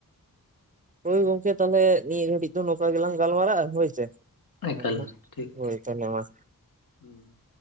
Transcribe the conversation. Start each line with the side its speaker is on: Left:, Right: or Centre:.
Right: ᱦᱳᱭ ᱜᱚᱝᱠᱮ ᱛᱟᱦᱞᱮ ᱱᱤᱭᱟᱹ ᱜᱷᱟᱹᱲᱤᱡ ᱫᱚ ᱱᱚᱝᱠᱟ ᱜᱮᱞᱟᱝ ᱜᱟᱞᱢᱟᱨᱟᱜᱼᱟ ᱦᱳᱭ ᱥᱮ <unintelligible>
Left: ᱮᱠᱟᱞ ᱴᱷᱤᱠ
Right: ᱦᱳᱭ ᱛᱚᱞᱦᱮ ᱢᱟ ᱾
Left: <inaudible>